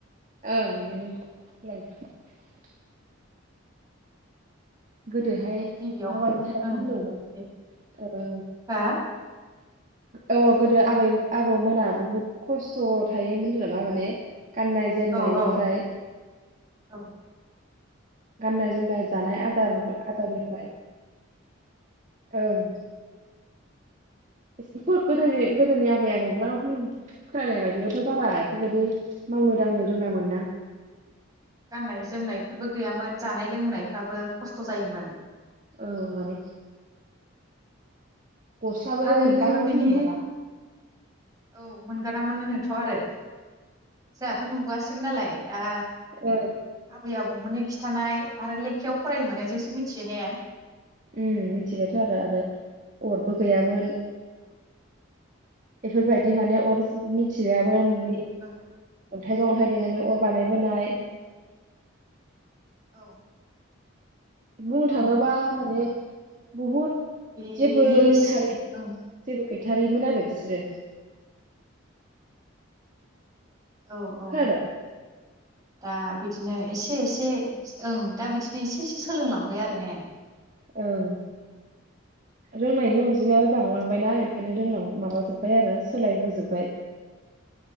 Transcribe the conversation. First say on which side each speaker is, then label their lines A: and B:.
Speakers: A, on the right; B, on the right.
A: ओं बिदिनो <unintelligible> गोदोहाय
B: गिबियाव
A: माबा माबि थायोमोन
B: ओं
A: होनलाय इयाव?
B: दे हा
A: ओ! औ गोदो आबै आबौमोना बुहुत खस्थ' थायोमोन ओनदो नामा माने गाननाय जोमनायनिफ्राय
B: औ औ औ
A: गाननाय जोमनाय जानाय आदार आदारनिफाय ओं इसिबो गोदोनि गोदोनि आबै आबौफ्रा होन खोनानाय बादिबाथ' बारा इफोरबायदि मावनो दांनो रोङामोन ना
B: गाननाय जोमनायफोरबो गैयामोन जानाय लोंनायफ्राबो खस्थ' जायोमोन।
A: औ माने गस्लााबो
B: आरो
A: मोनगानामोन
B: बिनि
A: होनदों नामा?
B: औ मोनगानामोन नोथ' आरो जोहाथ' नुबो आसैबो नालाय। दा
A: ओ
B: आबै आबौ बौ मोननि खिथानाय आरो लेखायाव फरायनो मोननाय जोंसो मिथियो ने
A: उम मिथिबायथ' आरो आरो अरबो गैयामोन
B: ओ
A: बेफोरबायदि माने अर मिथियाबा नुनि
B: ओ
A: अन्थाइजों अन्थाइ देनानै अर बानायबोनाय
B: औ
A: बुंनो
B: औ
A: थाङोबा माने बुहुत
B: बेनि
A: जेबो रोंथारै
B: सि ओं
A: जेबो गैथारैमोन आरो बिसोरो।
B: औ औ
A: खोनादों
B: दा बिदिनो एसे एसे ओं दा बिदिनो एसे एसे सोलोंलांबाय आरो ने
A: ओं रोंनायनि अन दिनाबो बांलांबायनाओ
B: औ
A: खायनो रोंलां माबा जोब्बाय आरो सोलायबोजोब्बाय